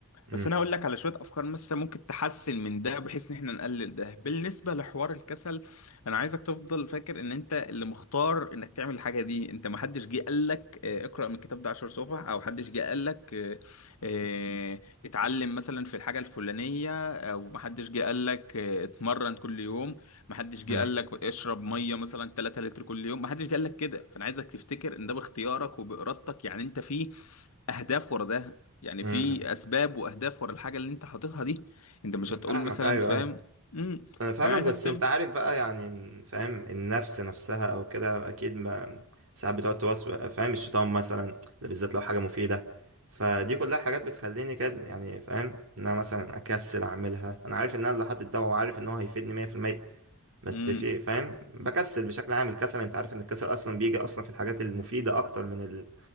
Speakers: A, on the right; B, on the left.
A: امم
B: بس انا هقول لك على شويه افكار مثلا ممكن تحسن من ده بحيث ان احنا نقلل ده بالنسبه لحوار الكسل انا عايزك تفضل فاكر ان انت اللي مختار انك تعمل الحاجه دي انت ما حدش جه قال لك آه، اقرا من الكتاب ده 10 صفح او حدش جه قال لك آه، آه، اتعلم مثلا في الحاجه الفلانيه او ما حدش جه قال لك آه، اتمرن كل يوم ما حدش جه
A: امم
B: قال لك اشرب ميه مثلا 3 لتر كل يوم ما حدش جه قال لك كده فانا عايزك تفتكر ان ده باختيارك وبارادتك يعني انت فيه اهداف ورا ده يعني
A: امم
B: في اسباب واهداف ورا الحاجه اللي انت حاططها دي انت مش هتقول
A: فاهمك
B: مثلا
A: ايوه
B: فاهم
A: ايوه
B: امم
A: انا فاهمك
B: فانا عايزك
A: بس انت عارف بقى يعني فاهم النفس نفسها او كده اكيد ما ساعات بتقعد توسوس فاهم الشيطان مثلا ده بالذات لو حاجة مفيدة فدي كلها حاجات بتخليني كده يعني فاهم ان انا مثلا اكسل اعملها انا عارف ان انا اللي حاطط ده وعارف ان هو هيفيدني 100% بس
B: تفضل
A: في فاهم بكسل بشكل عام الكسل انت عارف ان الكسل اصلا بيجي اصلا في الحاجات المفيده اكتر من ال...